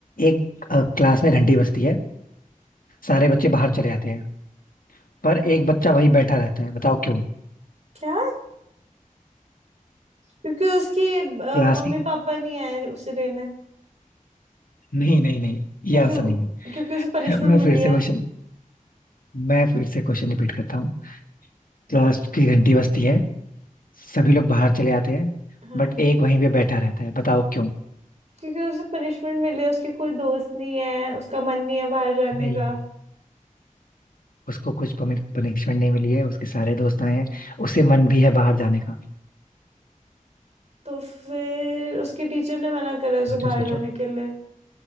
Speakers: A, on the left; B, on the right.
A: एक अ, क्लास में घंटी बजती है सारे बच्चे बाहर चले आते हैं पर एक बच्चा वही बैठा रहता है बताओ क्यों
B: क्या क्योंकि उसकी अ,
A: क्लास
B: मम्मी
A: की
B: पापा नहीं आए उसे लेने
A: नहीं नहीं नहीं
B: क्योंकि
A: ये आंसर
B: वो-
A: नहीं
B: क्योंकि उसे पनिशमेंट
A: है <laughs> मैं
B: मिली
A: फिर से
B: है
A: क्वेश्चन मैं फिर से क्वेश्चन रिपीट करता हूँ क्लास की घंटी बजती है सभी लोग बाहर चले आते हैं
B: हाँ
A: बट एक वहीं पे बैठा रहता है बताओ क्यों
B: क्योंकि उसे पनिशमेंट मिली है उसके कोई दोस्त नहीं है उसका मन नहीं है बाहर जाने
A: नहीं
B: का
A: उसको कुछ पनिशमेंट नहीं मिली है उसके सारे दोस्त आए हैं उसे मन भी है बाहर जाने का
B: तो फिर उसकी टीचर ने मना करा उसे
A: सोचो
B: बाहर
A: सोचो
B: जाने के लिए